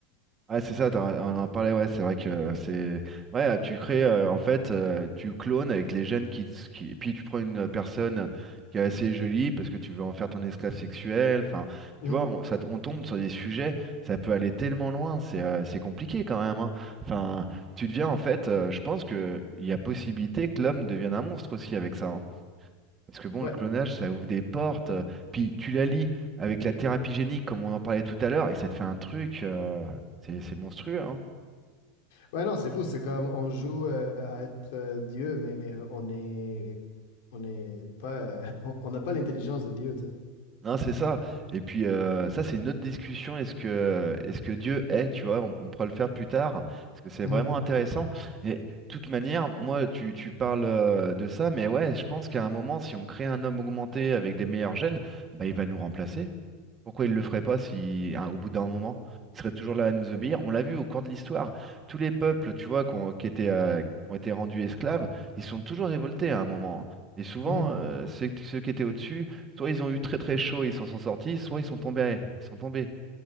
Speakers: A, on the right; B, on the left.
A: Ah, c'est ça, t'en on en parlait, ouais, c'est vrai que c'est. Ouais, tu crées, euh, en fait, euh, tu clones avec les gènes qui, te- qui. Puis tu prends une personne qui est assez jolie parce que tu veux en faire ton esclave sexuel. Enfin,
B: Mm.
A: tu vois, on, ça, t- on tombe sur des sujets, ça peut aller tellement loin, c'est euh, c'est compliqué quand même. hein. Enfin, tu deviens, en fait, euh, je pense que il y a possibilité que l'homme devienne un monstre aussi avec ça. hein. Parce que bon,
B: Ouais.
A: le clonage, ça ouvre des portes. euh, Puis tu la lis avec la thérapie génique, comme on en parlait tout à l'heure, et ça te fait un truc. euh, c'est c'est monstrueux, hein.
B: Ouais, non, c'est fou. C'est comme on joue euh, à être euh, Dieu, mais euh, on est on n'est pas euh, <laughs> on on n'a pas l'intelligence de Dieu, tu sais.
A: Non, c'est ça. Et puis euh, ça, c'est une autre discussion. Est-ce que, est-ce que Dieu est, tu vois, on, on pourra le faire plus tard, parce que c'est
B: Mhm.
A: vraiment intéressant. Et de toute manière, moi, tu, tu parles euh, de ça, mais ouais, je pense qu'à un moment, si on crée un homme augmenté avec des meilleurs gènes, bah, il va nous remplacer. Pourquoi il le ferait pas si, hein, au bout d'un moment, il serait toujours là à nous obéir? On l'a vu au cours de l'histoire. Tous les peuples, tu vois, qui qui étaient, euh, qui ont été rendus esclaves, ils sont toujours révoltés à un moment. hein. Et souvent,
B: Mhm.
A: euh, ceux, ceux qui étaient au-dessus, soit ils ont eu très très chaud et ils s'en sont sortis, soit ils sont tombés. Ils sont tombés.